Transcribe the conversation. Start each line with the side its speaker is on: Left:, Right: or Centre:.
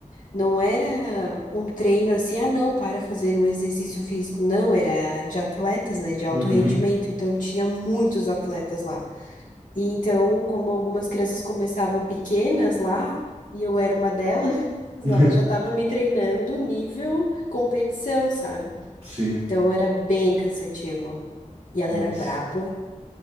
Left: não era um treino assim, ah, não, para fazer um exercício físico. Não, era de atletas, né? De alto
Right: Uhum.
Left: rendimento. Então, tinha muitos atletas lá. E então, como algumas crianças começavam pequenas lá, e eu era uma delas, <laughs> ela
Right: <laughs>
Left: já estava me treinando nível competição, sabe?
Right: Sim,
Left: Então, era bem cansativo. E ela
Right: nossa.
Left: era braba.